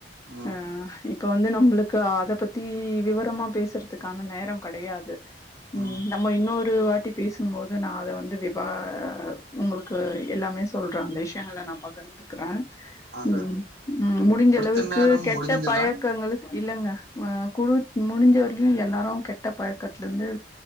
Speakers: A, on the right; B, on the left.
A: ம்
B: ஆஹ் இப்போ வந்து நம்பளுக்கு அத பத்தி விவரமா பேசுறதுக்கான நேரம் கிடையாது உம்
A: ம்
B: நம்ம இன்னொரு வாட்டி பேசும்போது நான் அத வந்து விவா உங்களுக்கு எல்லாமே சொல்றேன் அந்த விஷயங்கள நா பகிர்ந்துக்கிறேன்
A: ஆங்க
B: உம் ம் முடிஞ்ச
A: குடுத்த
B: அளவுக்கு
A: நேரம்
B: கெட்ட
A: முடிந்துதான்
B: பழக்கங்களுக்கு இல்லங்கா ஆ குடுத் முடிஞ்சவர் உம் எல்லாரும் கெட்ட பழக்கத்தல இருந்து